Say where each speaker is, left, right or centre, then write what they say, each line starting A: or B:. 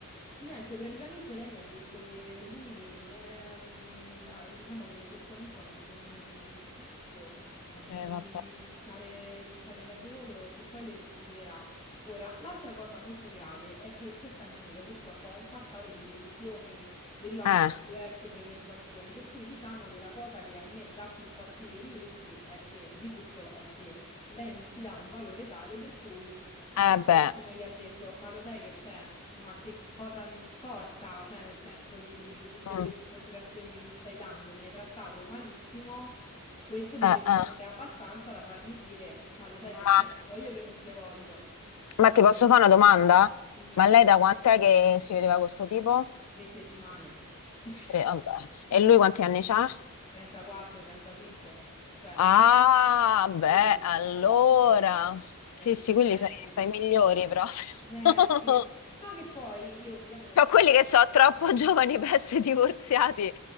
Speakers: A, on the left; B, on the left.
A: Niente, praticamente lei mi ha detto che lui non è, mm, ah, diciamo che in questo momento ha bisogno di, di spazio, ha bisogno
B: eh, vabbè.
A: di, di stare, di stare da solo e che poi le riscriverà. Ora, l'altra cosa molto grave è che questa mia amica purtroppo ha un passato di delusioni derivanti
B: Eh,
A: da diverse frequentazioni, per cui diciamo che la cosa che a me dà più fastidio di tutti è che, di tutto è che lei non si dà un valore tale per cui
B: eh
A: a
B: beh.
A: Questo gli ha detto, ma lo sai che c'è? Ma che cosa mi importa? Cioè, nel senso di, di- di tutte
B: Mm.
A: queste motivazioni che mi stai dando, mi hai trattato malissimo, questo dovrebbe
B: Eh, eh.
A: essere abbastanza da farmi dire, ma lo sai che
B: Ma
A: c'è? Lo so io che non te voglio,
B: Ma ti posso fare una domanda?
A: dimmi
B: Ma
A: tutto,
B: lei da quant'è che si vedeva con sto tipo?
A: tre settimane, <laughs>
B: Tre, vabbè. E lui quanti anni c'ha?
A: 34, 35, cioè,
B: Ah, beh,
A: capito?
B: allora. Sì,
A: Capisci
B: sì, quelli
A: bene
B: sono i,
A: che...
B: sono i migliori proprio.
A: Eh, sì.
B: <laughs>
A: Ma che poi io ovviamente...
B: Ho quelli che sono troppo giovani per essere divorziati